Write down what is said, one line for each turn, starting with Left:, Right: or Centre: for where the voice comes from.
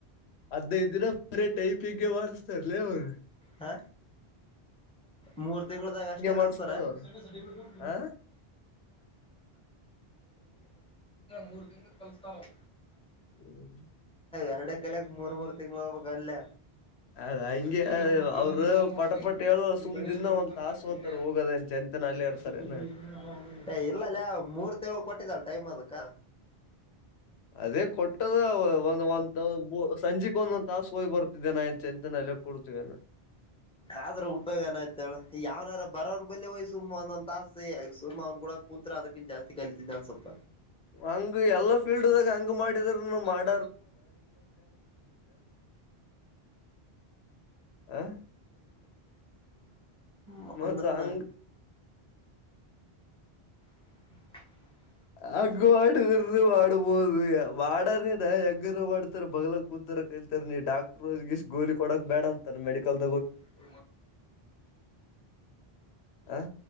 Left: ಹದ್ನೖದಿನ ಬರ ಟೈಪಿಂಗೆ ಮಾವಡ್ಸ್ತಾರಲೆ ಅವರ್
Centre: ಹ ಮೂರ್ ತಿಂಳದಾಗ ಅಷ್ಟೇ ಕಲ್ಸ್ತಾರ.
Left: ಮಾಡಿಸತಾರ
Centre: ಮೂರ್
Left: ಅವ್ರು
Centre: ತಿಂಗಳು
Left: ಆ
Centre: ಮೂರ್ ತಿಂಗಳು ಕಲಸ್ತಾನವ್.
Left: ಹ್ಮ್
Centre: ಎರಡೂಕಡೆ ಕಮೂರ್ ಮೂರ್ ತಿಂಗ್ಳೋಗ್ಬೇಕ ಅಲ್ಲೇ.
Left: ಅದ ಹಂಗೆ
Centre: <unintelligible>
Left: ಅವರು ಪಟ ಪಟ ಹೇಳ ಸುಮ್ ದಿನ ಒಂದ್ ತಾಸ ಹೋತಾರ ಹೋಗೋದೇನ್ ಚಂತನ ಅಲ್ಲೇ ಇರ್ತಾರೇನು
Centre: ಏ ಇಲ್ಲಲೆ ಆ ಮೂರ್ ತ್ತೆ ಕೊಟ್ಟಿದ್ದಳ್ ಟೈಮ್ ಅದಕ್ಕ.
Left: ಅದೇ ಕೊಟ್ಟದವ್ ಒ ಒಂದು ಸಂಜಿಕ್ ಒಂದೊಂದ್ ತಾಸ್ ಹೋಗಿ ಬರ್ತಿದ್ದೆ ನಾ ಎಂತ <unintelligible> ಕೊಡ್ತವೇನೆ.
Centre: ಆದ್ರ ಉಪಯೋಗ ಏನಾಯ್ತ್ ಹೇಳು ಯಾರ ಬರವ್ ಬರ್ಲಿ ಒಯ್ ಸುಮ್ ಒಂದೊಂದ್ ತಾಸು ಸುಮ್ ಕೂಡ ಕುಂತ್ರ ಅದಕ್ಕಿನ್ ಜಾಸ್ತಿ ಕಲಿತಿದ್ದೆ ಅನ್ಸತ್ತ.
Left: ಒಂದು ಎಲ್ಲಾ ಪಿರ್ಡ್ದಾಗ ಹಂಗ್ ಮಾಡಿದ್ರುನೂ ಮಾಡ್
Centre: <unintelligible> <unintelligible>
Left: ಆ
Centre: ಮಕ್ಕೊಂದ್ರನ್ನ
Left: ಮತ್ತ ಹಂಗ
Centre: <unintelligible>
Left: ಹಂಗ ಮಾಡಿದ್ರ ಮಾಡಬೋದು ಮಾಡಾನೇದ ಹೆಂಗನ ಮಾಡ್ತಾರ ಬಗಲ್ ಕುಂತ್. ಕಲಿತಾರೆ ಕಲ್ತಾರೆ ನೀ ಡಾಕ್ಟರು ಕೂಲಿ ಕೊಡಕ್ ಬೇಡ ಅಂತ ಮೆಡಿಕಲ್
Centre: <unintelligible>
Left: ಆ